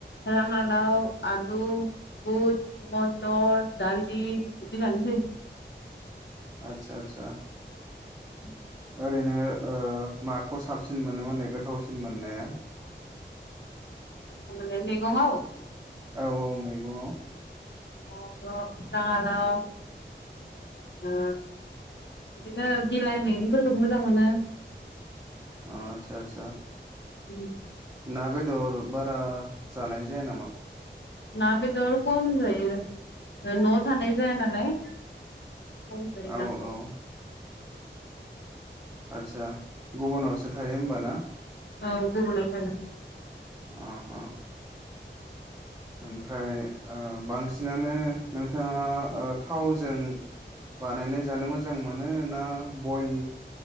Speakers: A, on the left; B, on the right.
A: राङालाव, आलु, बुट, मटर, दालि बिदि जानाय जायो।
B: आतसा आतसा।
A: <inaudible>
B: ओरैनो ओ माखौ साबसिन मोनो माने गोथावसिन मोननाया?
A: लाय मैगङाव
B: औ औ मैगङाव।
A: मैगंथ' राङालाव ओ बिदिनो बिलाइ मैगंफोरखौबो मोजां मोनो।
B: अ आतसा आतसा।
A: उम।
B: ना बेदर बारा जानाय जाया नामा?
A: ना बेदर खम जायो न'आव थानाय जाया नालाय। खम जायो
B: औ
A: ।
B: औ आतसा। गुबुनावसो थायो होमबा ना।
A: औ गुबुनाव थागोन।
B: अ अ ओमफ्राय ओक्षबांसिनानो नोंथाङा ओ थावजों बानायनाय जानो मोजां मोनो ना बइल